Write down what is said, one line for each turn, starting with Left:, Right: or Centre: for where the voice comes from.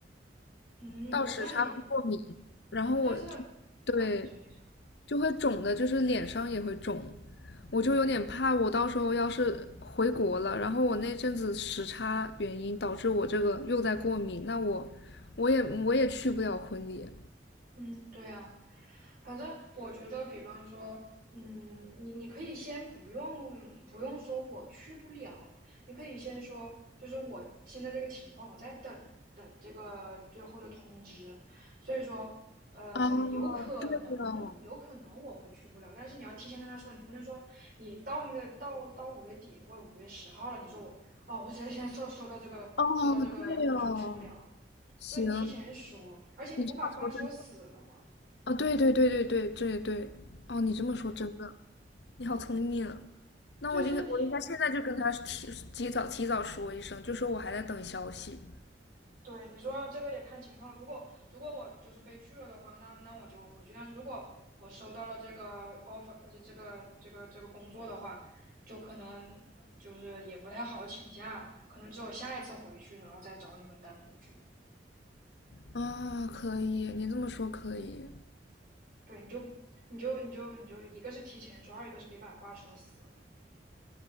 Right: 嗯，
Left: 倒时差会过敏，
Right: 那你
Left: 然后我就对
Right: 但是那你说你说，
Left: 就会肿的，就是脸上也会肿，我就有点怕，我到时候要是回国了，然后我那阵子时差原因导致我这个又在过敏，那我我也我也去不了婚礼。
Right: 嗯，对呀、反正我觉得，比方说，嗯，你你可以先不用不用说我去不了，你可以先说，就是我现在这个情况，我在等等这个最后的通知，所以说，呃，
Left: 哦，
Right: 有可能有可能我会去不了，
Left: 对啊，
Right: 但是你要提前跟他说，你不能说你到那个到到五月底或五月十号了，你说我哦，我现在现在收收到这个收到这个，
Left: 哦，对哦，
Right: 我去我去不了，
Left: 行，
Right: 对你提前说，而且你不把话说死了吗？
Left: 你这么说真的，啊、对对对对对对对，哦，你这么说真的，
Right: 嗯，
Left: 你好聪明啊。
Right: 对。
Left: 那我应该，
Right: 就是一
Left: 我应该现在就跟他提提早提早说一声，就说我还在等消息。
Right: 对你说这个也看情况，如果如果我就是被拒了的话，那那我就回去。但是如果我收到了这个 offer，而且这个这个这个工作的话，就可能就是也不太好请假，可能只有下一次回去，然后再找你们单独聚。
Left: 啊、可以，你这么说可以，
Right: 对，你就你就你就你就一个是提前说，二一个是别把话说死了。